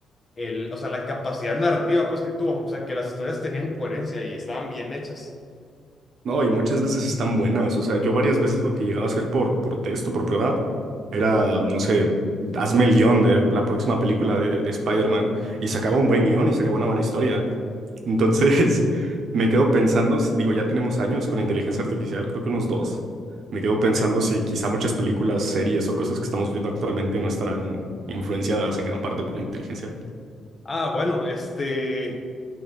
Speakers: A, on the left; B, on the right.
A: el, o sea, la capacidad narrativa, pues, que tuvo. O sea, que las historias tenían coherencia y estaban bien hechas.
B: No, y muchas veces están buenas. O sea, yo varias veces lo que llegaba a hacer por, por texto por prueba era, no sé, hazme el guión de la próxima película de, de Spider-Man. Y sacaba un buen guión y sacaba una buena historia. Entonces, <laughs> me quedo pensando, s- digo, ya tenemos años con inteligencia artificial, creo que unos dos. Me quedo pensando
A: Sí.
B: si quizá muchas películas, series o cosas que estamos viendo actualmente no estarán influenciadas en gran parte por la inteligencia.
A: Ah, bueno, este...